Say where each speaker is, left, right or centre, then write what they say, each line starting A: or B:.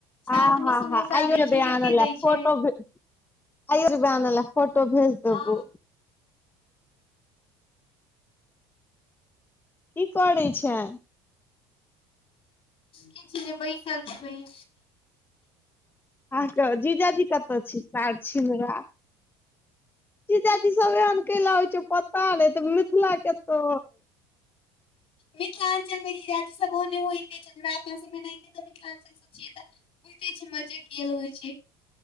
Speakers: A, on the left (about 15°); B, on the left (about 45°).
A: हँ
B: साथ
A: हँ
B: मे समोसा
A: हँ आइौ
B: दै
A: छै बे आन
B: लिट्टी
A: ल
B: दै
A: फोटो
B: छै
A: भी आयरबन <unintelligible> फोटो भेज दे
B: हँ
A: बौ की करै छै
B: किछ नहि बैसल छी
A: अहाँके जीजाजी कत छी सार छिनरा ची चाची सब एन क हो छै पता नहि त मिथिला केतो
B: मिथिलाञ्चल मे जाति सबने होेनातना सब नहि तऽ मिथिलाञ्चलसँ छिय बुझ ते छ मजा कल होइ छै